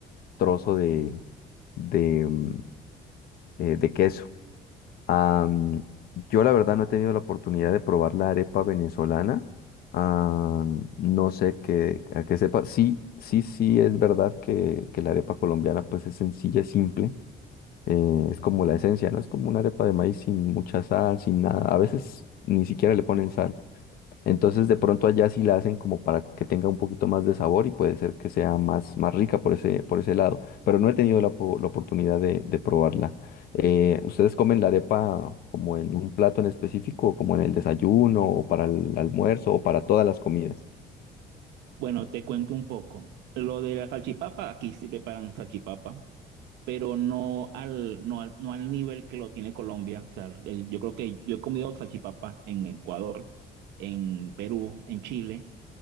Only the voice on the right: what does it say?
Bueno, te cuento un poco. Lo de la salchipapa, aquí sí preparan salchipapa. pero no al, no al, no al nivel que lo tiene Colombia. O sea, el- yo creo que yo he comido salchipapa en Ecuador, en Perú, en Chile,